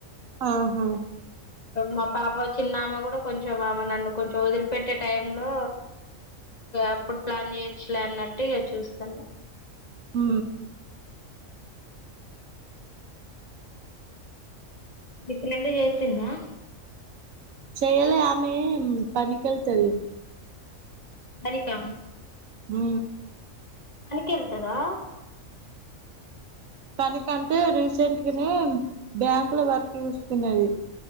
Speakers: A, on the right; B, on the left.
A: ఆహా
B: మా పాప చిన్నామె కూడా కొంచెం ఆమె నన్ను కొంచెం వదిలిపెట్టే టైం లో అప్పుడు ప్లాన్ చేయచ్చలే అన్నట్ టిగ చూస్తాన్నా
A: ఊ
B: నీ ఫ్రెండ్ చేసిందా
A: చేయలే ఆమె పనికి వెళ్తాది
B: పనికా
A: ఊ
B: పనికి వెళ్తాదా
A: పనికంటే రీసెంట్గానే బ్యాంక్ లో వర్క్ చూసుకున్నది